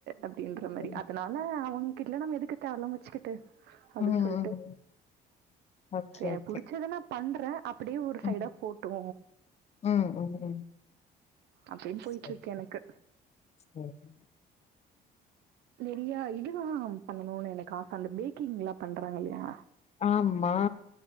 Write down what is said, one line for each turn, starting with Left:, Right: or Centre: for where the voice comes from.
Right: அப்டின்ற மாரி
Left: ம்
Right: அதனால அவங் கெட்ல நம்ம எதுக்கு தேவல்லாம வச்சிகிட்டு அப்டின்
Left: ம்
Right: சொல்டு
Left: ம், ம். ஓகே
Right: சே எனக்கு
Left: ஓகே
Right: புடிச்சதெனாப் பண்றே அப் அப்டியு ஒரு சைடா
Left: ம்
Right: போட்டோ
Left: ம் ம் ம்
Right: அப்டின் போயிட்ர்க்
Left: செரி
Right: எனக்கு
Left: செரி
Right: நிறையா இதுதா பண்ணுனு எனக்கு ஆச அந்த பேக்கிங்லா பண்றாங்க இல்யா
Left: ஆம்மா